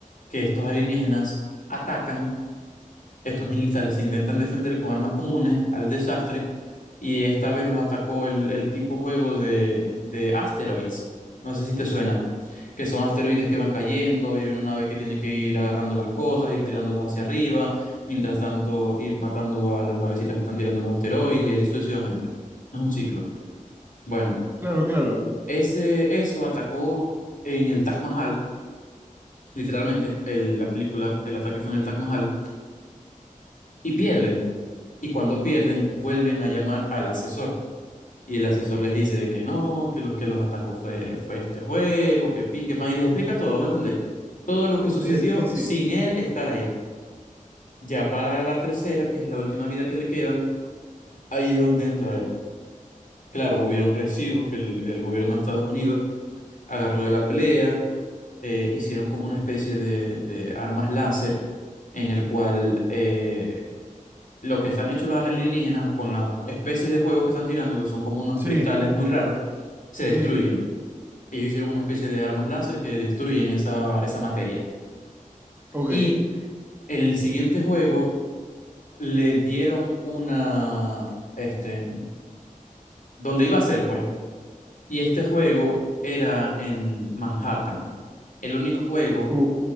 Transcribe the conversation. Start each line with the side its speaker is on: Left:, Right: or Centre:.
Left: que estos alienígenas atacan, estos militares se intentan defender con armas comunes al desastre y esta vez los atacó el, el tipo juego de, de asteroids. No sé si te suena, que son asteroides que van cayendo y hay una nave que tiene que ir agarrando las cosas, ir tirándolas hacia arriba, mientras tanto ir matando a las navecitas que están tirando los asteroides y así sucesivamente. Es un ciclo. Bueno,
Right: Claro, claro.
Left: ese, eso atacó en el Taj Mahal, literalmente, el- la película, el ataque fue en el Taj Mahal, y pierden. Y cuando pierden, vuelven a llamar al asesor Y el asesor les dice de que no, que los que los atacó fue, fue este juego, que pin, que pan, y les explica todo, ¿me entendéis? Todo lo que sucedió
Right: Sí, sí, sí, sí.
Left: sin él estar ahí. Ya para la tercera, que es la última vida que le quedan, ahí es donde entra él. Claro, hubieron residuos que el, el gobierno de Estados Unidos agarró de la pelea, eh, hicieron como una especie de, de armas láser en el cual eh, lo que están hechos los alienígenas o con las especies de juegos que están tirando, que son como unos
Right: Sí,
Left: cristales muy raros, se destruyen.
Right: sí.
Left: Ellos hicieron una especie de armas láser que destruyen esa, esa materia.
Right: Ok.
Left: Y el siguiente juego le dieron una, este, donde iba a ser, pues. Y este juego era en Manhattan. El único juego
Right: Uh.